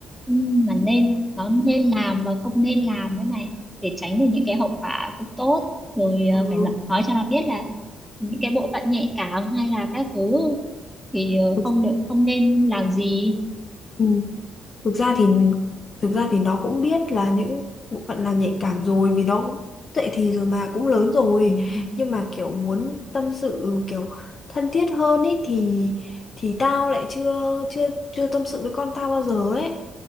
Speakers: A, in the centre; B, on the left (about 40°).
A: ừ, mà nên nó nên làm và không nên làm đấy mày để tránh được những cái hậu quả không tốt rồi ờ,
B: Ừ.
A: phải nói nói cho nó biết là những cái bộ phận nhạy cảm hay là các thứ thì ờ,
B: thực,
A: không được không nên làm gì
B: ừ, thực ra thì thực ra thì nó cũng biết là những bộ phận là nhạy cảm rồi vì nó cũng dậy thì rồi mà cũng lớn rồi
A: ừ,
B: nhưng mà kiểu muốn tâm sự ừ, kiểu thân thiết hơn ý thì thì tao lại chưa chưa chưa tâm sự với con tao bao giờ ấy